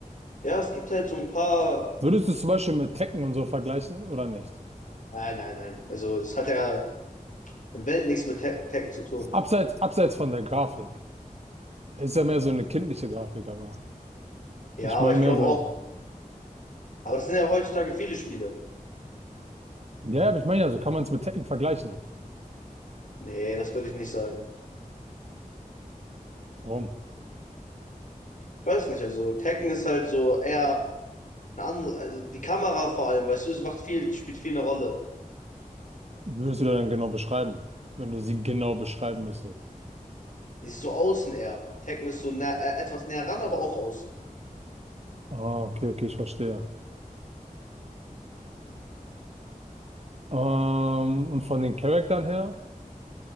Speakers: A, on the left; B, on the right.
A: Ja, es gibt halt so ein paar.
B: Würdest du es zum Beispiel mit Tekken und so vergleichen oder nicht?
A: Nein, nein, nein. Also, es hat ja in Welt nichts mit Tek Tekken zu tun.
B: Abseits, abseits von der Grafik. Ist ja mehr so eine kindliche Grafik, aber
A: Ja,
B: ich
A: aber
B: meine
A: ich
B: mehr
A: glaube
B: so.
A: auch. Aber das sind ja heutzutage viele Spiele.
B: Ja, aber ich meine ja, so kann man es mit Tekken vergleichen.
A: Nee, das würde ich nicht sagen.
B: Warum?
A: Ich weiß nicht. Also, Tekken ist halt so eher eine andere. Also, die Kamera vor allem, weißt du, es macht viel, spielt viel eine Rolle.
B: Wie würdest du das dann genau beschreiben, wenn du sie genau beschreiben müsstest?
A: Das ist so außen eher. Tekken ist so nä äh, etwas näher ran, aber auch außen.
B: Ah, okay, okay, ich verstehe. Ähm, und von den Charaktern her,